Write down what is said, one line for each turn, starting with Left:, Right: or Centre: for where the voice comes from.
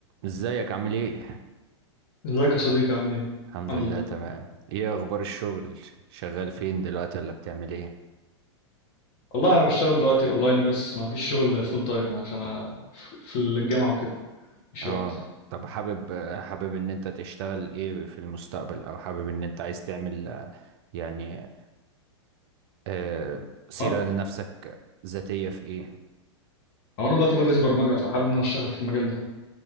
Right: ازيك عامل ايه؟
Left: ازيك يا صديقي عامل ايه؟
Right: الحمد
Left: الحمد
Right: لله
Left: لله
Right: تمام ايه اخبار الشغل شغال فين دلوقتي ولا بتعمل ايه؟
Left: والله انا بشتغل دلوقتي اونلاين بس ما فيش شغل فول تايم عشان انا ف- في الجامعه وكده مفيش
Right: اه
Left: وقت
Right: طب حابب حابب ان انت تشتغل ايه في المستقبل او حابب ان انت عايز تعمل آه، يعني آه سيرة
Left: هو
Right: لنفسك ذاتية في ايه؟
Left: هو انا دلوقتي بدرس برمجه فحابب ان انا اشتغل في المجال ده